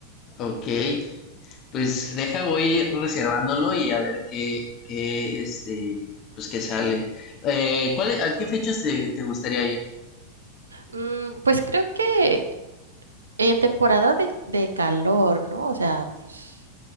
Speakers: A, on the left (about 35°); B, on the right (about 75°).
A: Ok, pues deja, voy reservándolo y a ver qué, qué, este, pues qué sale. Eh, ¿cuál, a qué fechas te, te gustaría ir?
B: Mm, pues creo que en temporada de, de calor, ¿no? O sea, pues